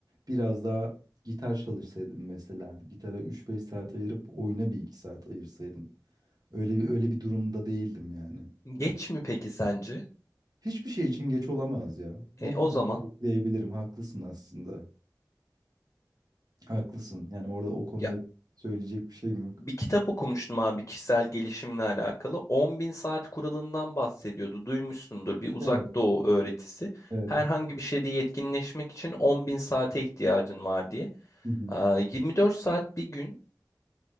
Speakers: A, on the right; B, on the left.
A: Biraz daha gitar çalışsaydım mesela. Gitara üç beş saat ayırıp oyuna bir 2 saat ayırsaydım. Öyle bir öyle bir durumda değildim yani.
B: Geç mi peki sence?
A: Hiçbir şey için geç olamaz ya.
B: E,
A: Bugün
B: o zaman
A: diyebilirim. Haklısın aslında. Haklısın. Yani orada o konuda
B: ya
A: söyleyecek bir şeyim yok.
B: bir kitap okumuştum abi kişisel gelişimle alakalı. 10.000 saat kuralından bahsediyordu. Duymuşsundur bir uzak
A: Evet,
B: doğu öğretisi.
A: evet.
B: Herhangi bir şeyde yetkinleşmek için 10.000 saate ihtiyacın var diye.
A: Hı hı.
B: Aa, 24 saat bir gün,